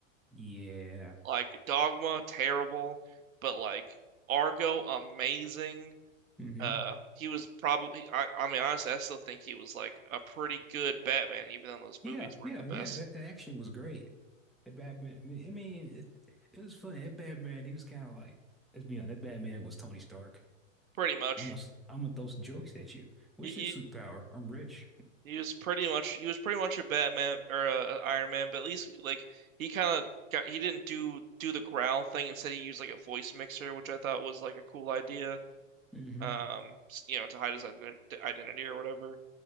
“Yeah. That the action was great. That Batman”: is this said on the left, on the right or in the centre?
Centre